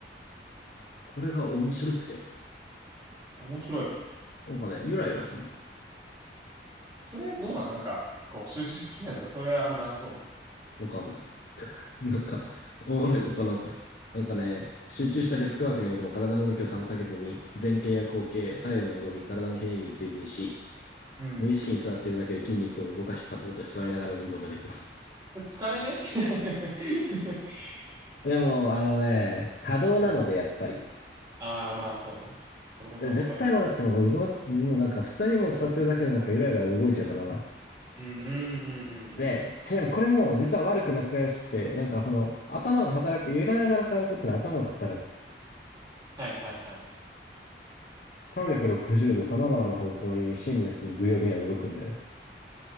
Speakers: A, on the left (about 55°); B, on the right (about 20°).
A: これが面白くて、
B: 面白い。
A: なんかね、ゆらゆらすんの。
B: それどうなんなんか、こう、集中できないとか、それはあんまなさそ
A: わかんない。<laughs> なんか、おもろいよ。この、なんかね、集中したデスクワークにおいても体の動きを妨げずに、
B: う。うん。
A: 前傾や後傾、左右の動き、体のひねりに追随し、
B: うん。
A: 無意識に座ってるだけで筋肉を動かしサポートし座りながら運動ができます。
B: 疲れね <laughs>
A: <laughs> でも、あのね、多動なので、
B: うん。
A: やっぱり。
B: ああ、まあそうね。俺も多動だから。
A: 絶対もだってもう動、もうなんか普通にもう座ってるだけでなんかゆらゆら動いちゃうから、
B: うん、うん、うん、うん、うん。
A: で、ちなみにこれも実は悪くなくらいしくて、なんかその頭が働く、揺らながら座ることで頭が働く。
B: はいはいはい。
A: 360度様々な方向にシームレスにぐりょぐりょ動くんだよね。